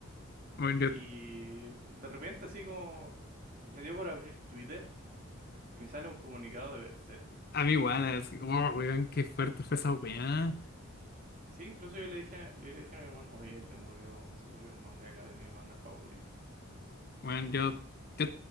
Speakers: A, on the left; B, on the right.
A: Bueno,
B: Y
A: yo-
B: de repente así como me dio por abrir Twitter y me sale un comunicado de Berserk.
A: a mí igual, así, oh, weón, qué fuerte fue esa weá.
B: Sí, incluso yo le dije a, yo le dije a mi hermano, oye, se murió, se murió un mangaka de mi manga favorito.
A: Bueno, yo, yo,